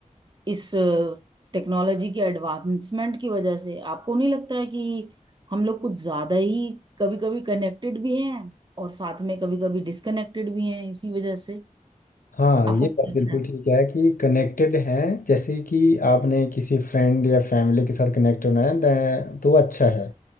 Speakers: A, on the right; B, on the left.
A: इस टेक्नोलॉजी के एडवांसमेंट की वजह से आपको नहीं लगता है कि हम लोग कुछ ज्यादा ही कभी कभी कनेक्टेड भी हैं और साथ में कभी कभी डिसकनेक्टेड भी हैं इसी वजह से
B: हाँ
A: आपको
B: ये
A: क्या
B: बात
A: लगता
B: बिल्कुल
A: है
B: ठीक है कि कनेक्टेड हैं जैसे कि आपने किसी फ्रेंड या फैमिली के साथ कनेक्ट होना है then- तो अच्छा है